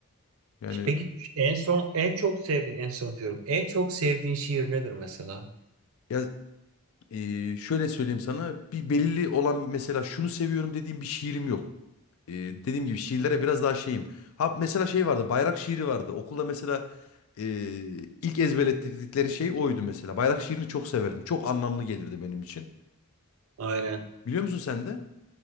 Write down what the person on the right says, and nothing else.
Peki en son en çok sevdiğin en son diyorum. En çok sevdiğin şiir nedir mesela?
Aynen.